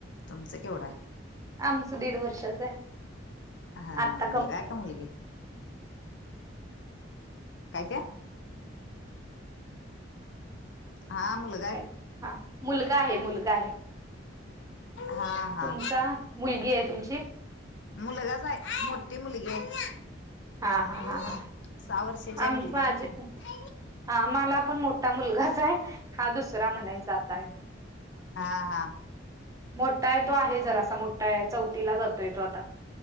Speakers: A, on the left; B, on the right.
A: तुमचं केवढं आहे?
B: आमचं दीड वर्षाचं आहे.
A: हा,
B: आत्ता
A: मुलगा
B: कम
A: य का मुलगी? काय ते. हा मुलं
B: ह हा, मुलगा आहे मुलगा आहे
A: हा हा
B: तुमचा? मुलगी आहे तुमची?
A: मुलगाच हाय मोठी मुलगी आहे.
B: हा हा
A: सहा
B: हा हा,
A: वर्षाची
B: आम
A: आहे मुलगी
B: माझे
A: आणि हा
B: पण हा मला पण मोठा मुलगाच आहे हा दुसरा म्हणायचा आता यो.
A: हा.
B: मोठा आहे तो आहे जरासा मोठा आहे चौथीला जातोय तो आता.